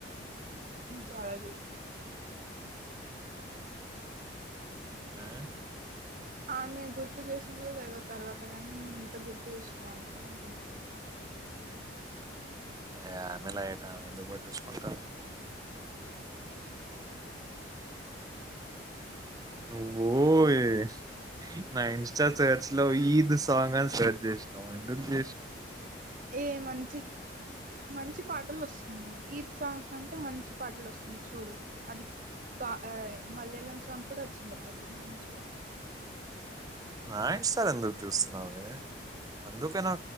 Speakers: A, on the right; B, on the right.
A: హమ్ చాలా తెలుసు
B: ఆ
A: ఆమె గుర్తు చేసిందో లేదో తర్వాత గాని నువ్వు ఇంత గుర్తు చేసినావ్ ఆమెని అంటున్నా
B: ఏ ఆ పిల్ల లైట్ ఆమె ఎందుకు పట్టించుకుంటావు నువ్వు వేస్ట్ నా ఇన్స్టా సర్చ్ లో ఈద్ సాంగ్ అని సెర్చ్ చేసాం ఎందుకు చేసాం
A: ఏ మంచి మంచి పాటలు వస్తున్నాయి ఈద్ సాంగ్ అంటే మంచి పాటలు వస్తున్నాయి చూడు అది కా మలయాళం సాంగ్ కూడా వచ్చింది ఒకటి మంచిగా
B: నాయిట్ స్టార్ ఎందుకు చూస్తున్నావ్ అందుకనా